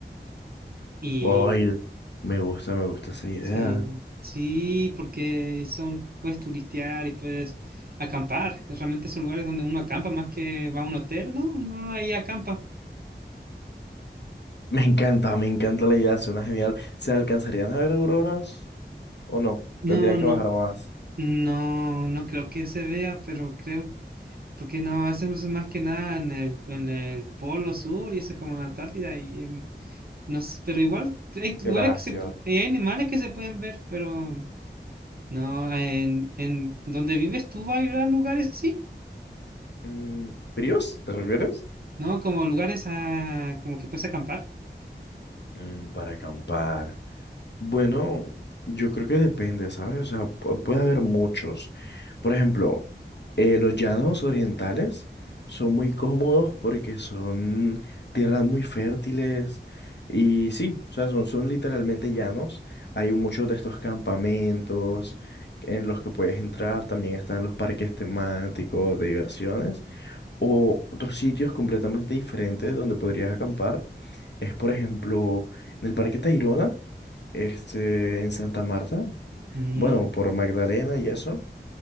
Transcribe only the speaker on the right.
y
sí, sí, porque son, puedes turistear y puedes acampar. Realmente son lugares donde uno acampa más que va a un hotel, ¿no? Uno ahí acampa.
No,
no.
No, no creo que se vea, pero creo, porque no, hacemos más que nada en el, en el Polo Sur y eso es como en la Antártida y em, no sé, pero igual hay
lugares
que se, pu- hay animales que se pueden ver, pero no, en, en donde vives tú va a haber lugares así,
¿no? Como lugares a, como que puedes acampar.
Mm,